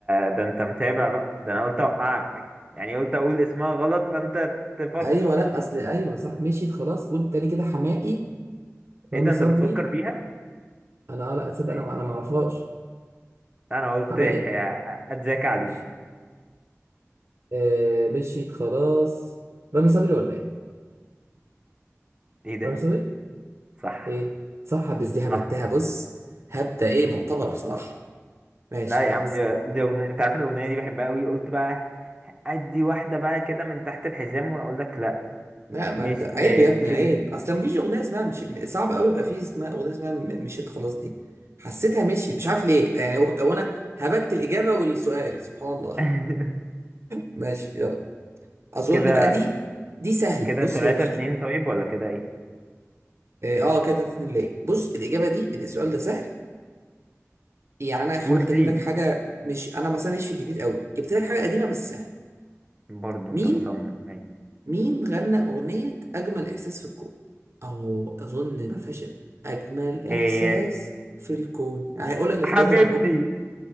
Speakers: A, on the right (about 20°); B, on the right (about 60°).
A: ده انت متابع بقى ده انا قلت اوقعك يعني قلت اقول اسمها غلط فانت تفكر
B: ايوه لا اصل ايوه صح مشيت خلاص قول تاني كده حماقي رامي
A: ايه ده
B: صبري
A: انت بتفكر فيها
B: انا اه لا اتصدق
A: ماشي
B: انا ما- انا ما اعرفهاش
A: انا قلت
B: حماقي
A: <laughs> اتذاكى عليك
B: مش آه مشيت خلاص رامي صبري ولا ايه
A: ايه ده
B: رامي صبري
A: صح
B: ايه صح بس دي هبتها
A: صح
B: بص هبدة ايه معتبرة بصراحة ماشي
A: لا
B: خلاص
A: يا عم دي دي أغنية أنت عارف إن الأغنية دي بحبها أوي قلت بقى ادي واحده بقى كده من تحت الحزام واقول لك لا
B: لا ما
A: مش
B: انت عيب
A: إيه
B: يا
A: مش
B: ابني
A: ايه
B: عيب اصلا مفيش اغنية اسمها مش صعب قوي يبقى في اسمها اغنية اسمها م- مشيت خلاص دي حسيتها مشيت مش عارف ليه يعني هو هو انا هبت الإجابة والسؤال سبحان الله
A: <laughs>
B: ماشي يلا اظن
A: كده
B: بقى دي دي سهلة
A: كده
B: بص
A: تلاتة
B: هي مش
A: اتنين طيب ولا كده ايه
B: اه آه، كده تلاتة اتنين ليه بص الاجابه دي السؤال ده سهل يعني انا حاولت
A: وجديد
B: اجيب لك حاجه مش انا مثلا مش في الجديد قوي جبت لك حاجه قديمه بس سهله
A: برضو
B: مين
A: انت مصمم ماشي
B: مين غنى اغنيه اجمل احساس في الكون اهو اظن ما فيهاش اجمل احساس
A: هي
B: في الكون يعني هقول لك الاختيارات
A: حبيبتي
B: عشان برضو